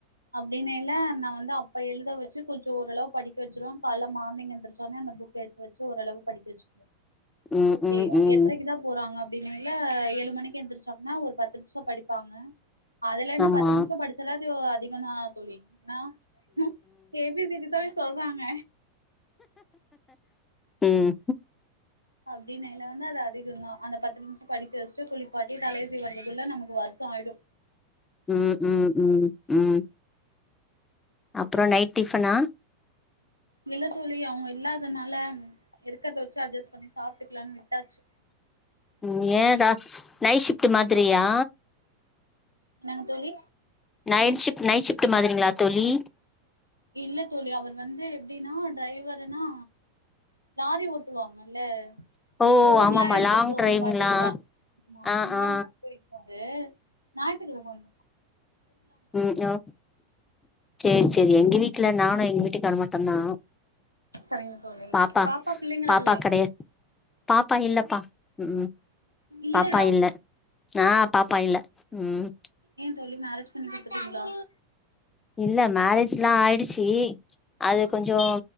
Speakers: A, on the left; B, on the left.
A: அப்டினெல்ல நா வந்து அப் ப்ப எழுத வச்சு கொஞ்சோ ஓரளவு படிக்க வச்சிருவோ கால்ல மார்னிங் எந்திரச்சோனே அந்த புக் எடுத்து வச்சு ஓரளவு படிக்க வச் சிருவே
B: ம்
A: ஓகே
B: ம் ம் ம்
A: எட்றைக்குதா போறாங்க அப்டின்னால்ல ஏழு மணிக்கு எந்திரிச்சோம்ன்னா ஒரு பத்து நிம்ஷோ படிப்பாங்க அதுல இன்னு
B: ஆமா
A: பத்து நிம்ஷோ படிச்சால அது அதிகதான தோழி ஏனா ம் ஏ பி சி டி தான சொல்றாங்க
B: ம்
A: அப்டின்நினையில வந்து அது அதிகந்தா அந்த பத்து நிம்ஷோ படிக்க வச்ட்டு குளிப்பாட்டி தலைய சீவறதுக்குள்ல நமக்கு வர்ஷோ ஆய்டு
B: ம் ம் ம் ம் அப்றோ நைட் டிஃபனா
A: இல்ல தோழி அவுங்க இல்லாதனால இருக்றத வச்சு அட்ஜஸ்ட் பண்ணி சாப்ட்டுக்லானு விட்டாச்சு
B: நீயேதா நைட் ஷிஃப்ட்டு மாத்துரியா
A: என்னாங்க தோழி
B: நைட் ஷிஃப்ட் நைட் ஷிஃப்ட் மாதிரிங்ளா தோழி
A: இல்ல தோழி அவர் வந்து எப்டின்னா டிரைவருனா லாரி ஓட்டுவாங்கள்ல
B: ஓ
A: லோட்ல்லா
B: ஆமாமா
A: எடுத்துட்
B: லாங்
A: போவாங்க
B: டிரைவ்ங்களா
A: பாத்திங்ளா ஆமா
B: ஆ
A: அந்த
B: ஆ
A: மாரி பொய்ட் அது ஞாயித்துக்கிழம வந்து
B: ம் ம் சேரி சேரி எங்க வீட்ல நானு எங்க வீட்டுக்காரு மட்டுதா
A: சரிங்க தோழி
B: பாப்பா
A: பிள்ளைங்களா
B: பாப்பாக்
A: இல்லையா
B: கிடையா பாப்பா இல்ல பா ம் ம்
A: இல்லையா
B: பாப்பா இல்ல ஆ பாப்பா இல்ல ம்
A: ஏன் தோழி மேரேஜ் பண்ணி குடுத்துடீங்ளா
B: இல்ல மேரேஜ்ல்லா ஆயிடுச்சு அது
A: ஆ
B: கொஞ்சோ